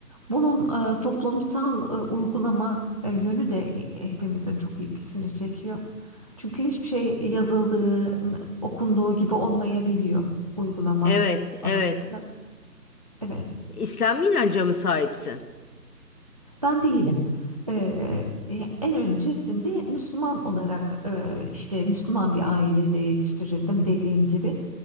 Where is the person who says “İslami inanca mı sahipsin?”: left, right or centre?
Left